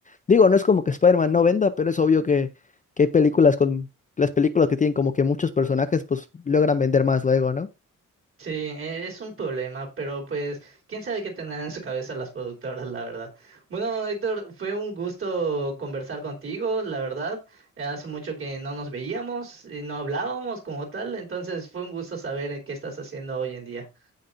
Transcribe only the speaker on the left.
digo, no es como que Spider-Man no venda, pero es obvio que, que hay películas con, las películas que tienen como que muchos personajes, pues logran vender más luego, ¿no?